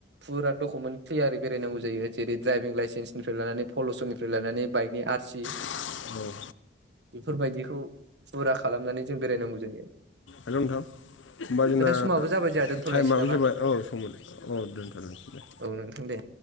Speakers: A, on the right; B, on the left.
A: फुरा डकुमेन्ट ख्लियारै बेरायनांगौ जायो जेरै ड्राइभिं लाइसेन्सनिफ्राय लानानै फल'सननिफ्राय लानानै बाइकनि आरसि
B: औ
A: बेफोरबायदिखौ फुरा खालामनानै जों बेरायनांगौ जायो आरो।
B: हेलौ नोंथां होनबा जोंना
A: समाबो जाबाय जोंहा दोनथ'लायनोसै
B: टाइमाबो
A: नामा
B: जाबाय औ समलाय औ दोनथ' दोन दे।
A: औ नोंथां दे।